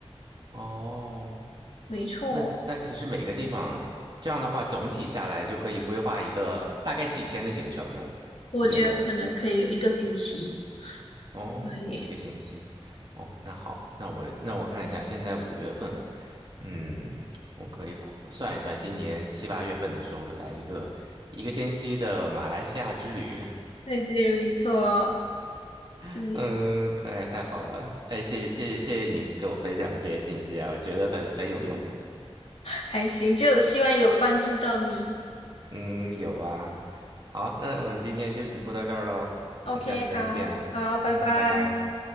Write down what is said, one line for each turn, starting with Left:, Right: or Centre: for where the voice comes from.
Right: 哦，
Left: 没错，
Right: 那那其实每个地方这样的话，总体下来就可以规划一个大概几天的行程呢？
Left: 我觉得可能可以有一个星期。
Right: 你觉得？哦，
Left: 对，
Right: 一个星期，哦，那好，那我那我看一下，现在五月份了，嗯，我可以算一算，今年七八月份的时候来一个一个星期的马来西亚之旅，
Left: 对对，没错，
Right: <laughs>
Left: 对，
Right: 嗯，哎，太好了，哎，谢谢谢谢谢谢你给我分享的这些信息啊，我觉得很很有用的，
Left: 还行，就希望有帮助到你。
Right: 嗯，有啊，好，那我们今天就说到这儿喽，
Left: OK，
Right: 我们下次再见了，
Left: 好，好，拜拜。
Right: 嗯，拜拜。